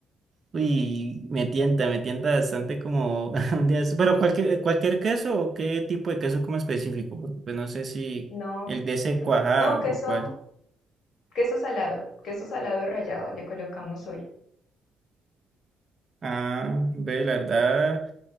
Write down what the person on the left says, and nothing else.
No,
no, queso,
queso salado, queso salado rallado le colocamos hoy.